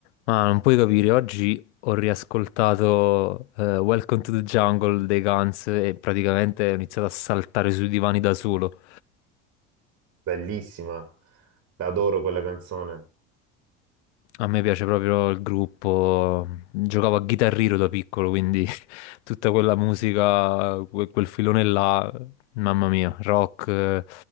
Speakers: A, on the left; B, on the right.
A: Ma non puoi capire, oggi ho riascoltato eh, Welcome to the Jungle dei Guns e praticamente ho iniziato a saltare sui divani da solo.
B: Bellissima, adoro quella canzone.
A: A me piace proprio il gruppo, giocavo a Guitar Hero da piccolo, quindi <laughs> tutta quella musica, que- quel filone là, mamma mia, rock, eh,